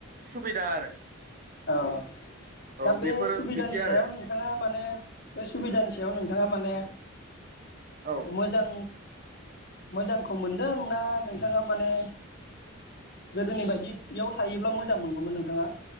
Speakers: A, on the right; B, on the left.
A: सुबिदा आरो
B: औ
A: औ
B: दा बे
A: बेफोर
B: सुबिदानि
A: बिदि
B: सायाव
A: आरो
B: नोंथांङा माने बे सुबिदानि सायाव नों नोंथांङा माने
A: औ
B: मोजां मोजांखौ मोनदों ना नोंथांङा माने गोदोनि बायदि। इयाव थायोब्ला मोजां मोनगौमोन नोंथाङा।